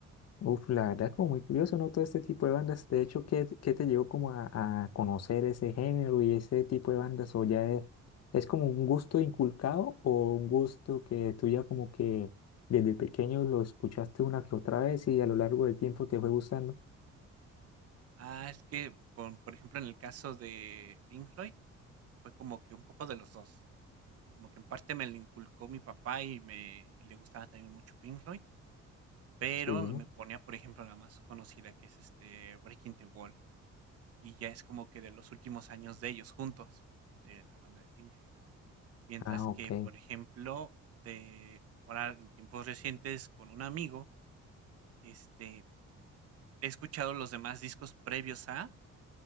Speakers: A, on the left; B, on the right.
A: Uf, la verdad, como muy curioso, ¿no? Todo este tipo de bandas. De
B: Ujú.
A: hecho, ¿qué, qué te llevó como a, a conocer ese género y ese tipo de bandas? ¿O ya es, es como un gusto inculcado o un gusto que tú ya como que desde pequeño lo escuchaste una que otra vez y a lo largo del tiempo te fue gustando?
B: Ah, es que con por ejemplo, en el caso de Pink Floyd, fue como que un poco de los dos Como que en parte me lo inculcó mi papá y me y le gustaba también mucho Pink Floyd, pero
A: Sí.
B: me ponía, por ejemplo, la más conocida que es, este, Breaking the Wall, y ya es como que de los últimos años de ellos juntos, de la banda de Pink Floyd. Mientras
A: Ah,
B: que,
A: ok.
B: por ejemplo, de ahora en tiempos recientes con un amigo, este, he escuchado los demás discos previos a,